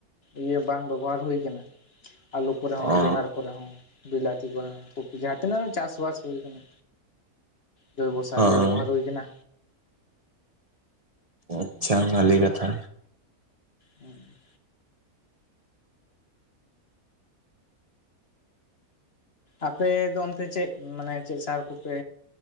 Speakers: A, on the left; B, on the right.
A: ᱤᱭᱟᱹ ᱵᱟᱝ ᱵᱮᱵᱚᱦᱟᱨ ᱦᱩᱭ ᱟᱠᱟᱱᱟ ᱟᱞᱩ ᱠᱚᱨᱮ ᱦᱚᱸ
B: ᱚ
A: ᱵᱮᱸᱜᱟᱲ ᱠᱚᱨᱮ ᱦᱚᱸ ᱵᱤᱞᱟᱛᱤ ᱠᱚᱨᱮ ᱦᱚᱸ ᱠᱚᱯᱤ ᱡᱟᱦᱟᱸ ᱛᱤᱱᱟᱹᱜ ᱜᱮ ᱪᱟᱥᱵᱟᱥ ᱦᱩᱭ ᱠᱟᱱᱟ, ᱡᱳᱭᱵᱚ ᱥᱟᱨ
B: ᱦᱚᱸ
A: ᱜᱮ ᱵᱮᱵᱚᱦᱟᱨ ᱦᱩᱭ ᱠᱟᱱᱟ᱾
B: ᱟᱪᱪᱷᱟ ᱵᱷᱟᱞᱮ ᱠᱟᱛᱷᱟ᱾
A: ᱦᱩᱸ᱾ ᱟᱯᱮᱚ ᱫᱚ ᱚᱱᱛᱮ ᱪᱮᱫ ᱢᱟᱱᱮ ᱪᱮᱫ ᱥᱟᱨ ᱠᱚᱯᱮ